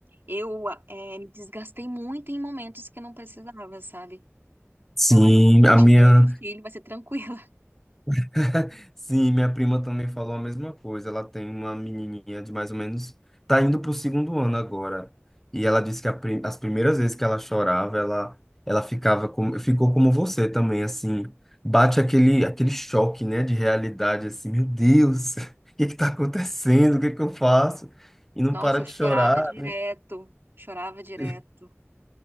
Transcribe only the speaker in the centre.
Sim,
a
minha.
<laughs> Sim, minha prima também falou a mesma coisa. Ela tem uma menininha de mais ou menos, tá indo pro segundo ano agora. E ela disse que a prim- as primeiras vezes que ela chorava, ela, ela ficava como, ficou como você também, assim, bate aquele, aquele choque, né, de realidade, assim, meu Deus, <laughs> o que que tá acontecendo? O que que eu faço? E não
para
de
chorar.
<laughs>